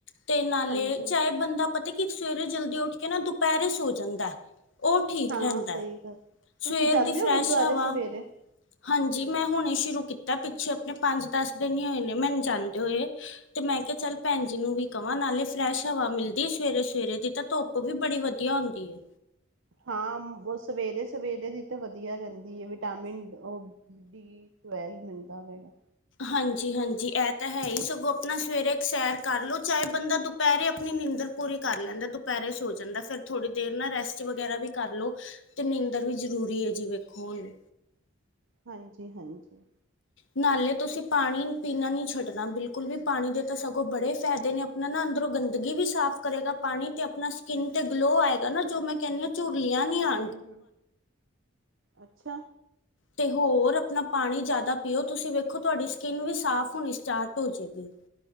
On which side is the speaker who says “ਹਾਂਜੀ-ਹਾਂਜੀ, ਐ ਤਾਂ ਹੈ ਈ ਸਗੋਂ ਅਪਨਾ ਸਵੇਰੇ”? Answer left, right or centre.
Left